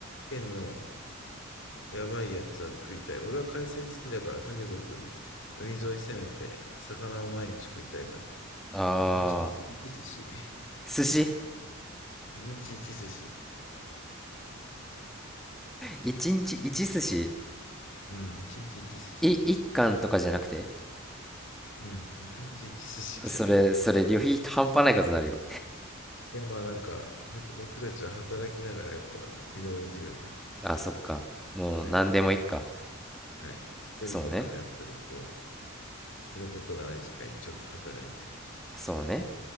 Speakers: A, on the left; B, in the centre.
A: 県のやばいやつは食いたい。俺は海鮮好きだから、とにかく海沿い攻めて、魚を毎日食いたいから。
B: あ
A: 一日一寿司。
B: ー寿司
A: 一日一寿司。
B: 1日1寿司
A: うん、一日一寿司。
B: い1貫とかじゃなくて
A: うん、一日一寿司だね。
B: それそれ旅費半端ないことになるよ
A: いや、まあなんか、は僕たちは働きながらやっぱ移動できるんで、
B: あそっかもう何でもいいか
A: はい、はい。夜とかのやっぱりこ
B: そうね
A: う、することがない時間にちょっと働いて、
B: そうね